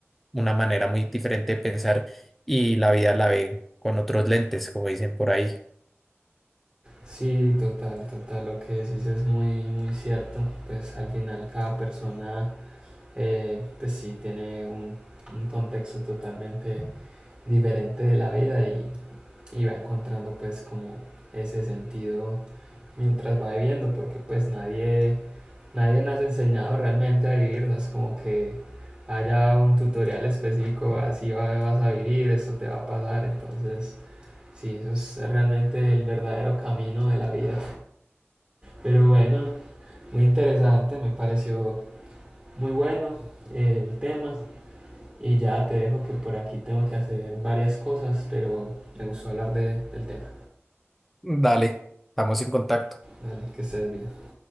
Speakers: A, in the centre; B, on the right (about 20°).
A: una manera muy diferente de pensar y la vida la ve con otros lentes, como dicen por ahí.
B: Sí, total, total. Lo que decís es muy, muy cierto. Pues al final cada persona, eh, pues sí, tiene un, un contexto totalmente diferente de la vida y, y va encontrando pues como ese sentido mientras va viviendo, porque pues nadie, nadie nos ha enseñado realmente a vivir, no es como que haya un tutorial específico, así va- vas a vivir, eso te va a pasar, entonces sí, eso es realmente el verdadero camino de la vida. Pero bueno, muy interesante, me pareció muy bueno eh, el tema y ya te dejo que por aquí tengo que hacer varias cosas, pero me gustó hablar de- del tema.
A: Dale, estamos en contacto.
B: Vale, que estés bien.